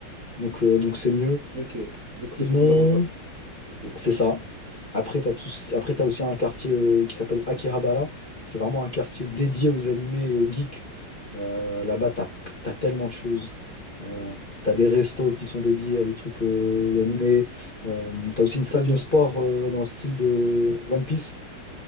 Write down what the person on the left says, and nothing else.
Donc euh, donc c'est mieux.
Sinon,
c'est ça. Après, t'as tout... ce qui- Après, t'as aussi un quartier euh, qui s'appelle Akihabara. C'est vraiment un quartier dédié aux animés et aux geeks. Euh, là-bas, t'as t'as tellement de choses. Euh, t'as des restos qui sont dédiés à des trucs euh, animés. Euh, t'as aussi une salle
de sport euh, dans le style de One Piece